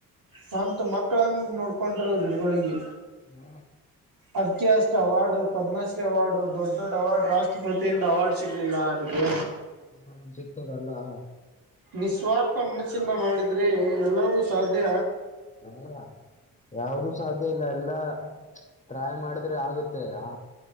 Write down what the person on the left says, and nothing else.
ಹ್ಮ
ಹ್ಮ್ ಸಿಗ್ತೆಲ್ಲಾ.
ಹಲೋ ಯಾವ್ದ ಸಾಧ್ಯ ಇಲ್ಲ ಎಲ್ಲಾ ಟ್ರೈ ಮಾಡಿದ್ರೆ ಆಗುತ್ತೆ ಆ